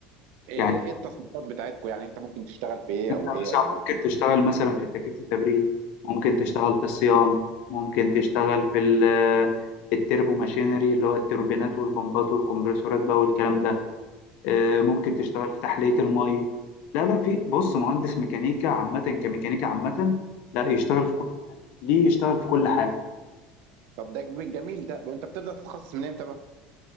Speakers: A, on the right; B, on the left.
A: ايه
B: يعني
A: ايه إيه التصنيفات بتاعتكم يعني انت ممكن تشتغل في ايه
B: انت
A: او ايه
B: مثلا
A: او ايه
B: ممكن تشتغل مثلا في التكييف والتبريد ممكن تشتغل في الصيانة ممكن تشتغل في ال- التربو ماشينري اللي هو التوربينات والبمبات والكمبرسورات بقى والكلام ده آه، ممكن تشتغل في تحلية المية لا لا في بص مهندس ميكانيكا عامة كميكانيكا عامة لا يشتغل في كل ليه يشتغل في كل حاجة
A: طب ده جميل ده وانت بتبدا تتخصص من امتى بقى